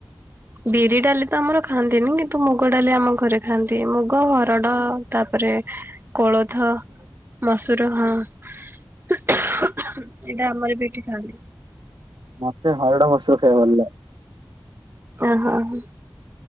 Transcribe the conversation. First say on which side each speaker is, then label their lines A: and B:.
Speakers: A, on the right; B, on the right.
A: ବିରି ଡାଲି ତ ଆମର ଖାଆନ୍ତିନି କିନ୍ତୁ ମୁଗ ଡାଲି ଆମ ଘରେ ଖାଆନ୍ତି। ମୁଗ, ହରଡ ତାପରେ କୋଳଥ, ମସୁର ହଁ। ସେଇଟା ଆମର ବି ଏଠି ଖାଆନ୍ତି।
B: ମତେ ହରଡ଼, ମସୁର ଖାଇବାକୁ ଭଲଲାଗେ।
A: ଆ ହ ହ।